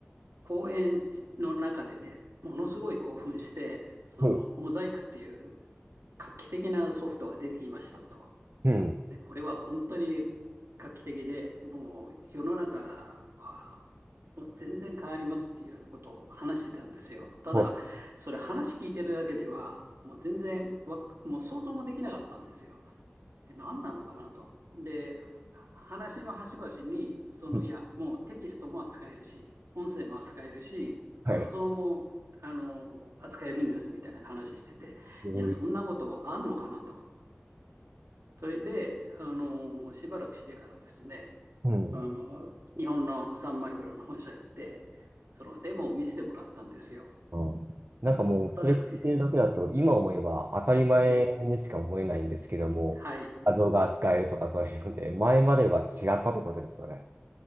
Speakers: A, on the right; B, on the right.
A: 講演の中でね、ものすごい興奮して、そのモザイクっていう
B: はい。
A: 画期的なソフトが出てきましたと。
B: うん。
A: で、これは本当に画期的で、もう世の中はもう全然変わりますっていうようなことを話してたんですよ。ただ、
B: は
A: それ話聞いてるだけでは、もう全然わ、もう想像もできなかったんですよ。で、何なのかなと。で、話の端々に、その、
B: い。
A: いや、もうテキストも扱えるし、音声も扱えるし、
B: はい。
A: 画像も、
B: え
A: あの、扱えるんですみたいな話してて、
B: ー
A: いや、そんなことあんのかなと。それで、あの、しばらくしてからですね、
B: うん。
A: あの、日本のサンマイクロの本社行って、そのデモを見せてもらったんですよ。
B: うんなんかもう、
A: ただね、
B: それ聞いてるだけだと、今思えば当たり前にしか思えないんですけども、
A: え、はい、
B: 画像が扱えるとかそういうので、前までは違ったってことですよね。